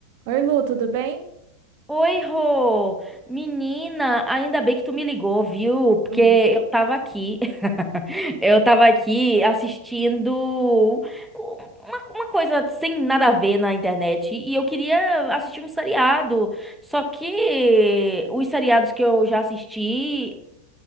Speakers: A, on the right (about 50°); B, in the centre.
A: Oi, Lu, tudo bem?
B: Oi, Rô! Menina, ainda bem que tu me ligou, viu? Porque
A: Lu,
B: eu tava aqui, <laughs> eu tava aqui assistindo uma, uma coisa sem nada a ver na internet e eu queria assistir um seriado. Só que os seriados que eu já assisti,